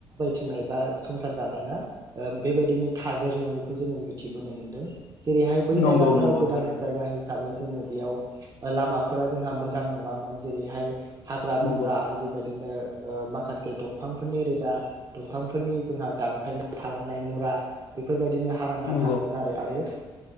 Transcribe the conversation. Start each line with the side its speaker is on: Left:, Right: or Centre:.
Right: होनाय बा संसार जानाय ना ओ बेबायदिनो थाजिर नङैखौ जोङो मिथिबोनो मोनदों जेरैहाय बै
Left: नंगौ
Right: जायगाफोराव
Left: नंगौ
Right: गोदान
Left: थारैनो
Right: जायगा हिसाबै जोङो बेयाव ओ लामाफोरा जोंहा मोजां नङामोन जेरैहाय हाग्रा
Left: नंगौ
Right: बंग्रा आरो बेबायदिनो ओ माखासे दंफांफोरनि रोदा दंफांफोरनि जोंहा दानफायनाय थालांनाय मुरा बेफोरबायदि दिनो हारां हाथांमोन
Left: नंगौ
Right: आरो आरो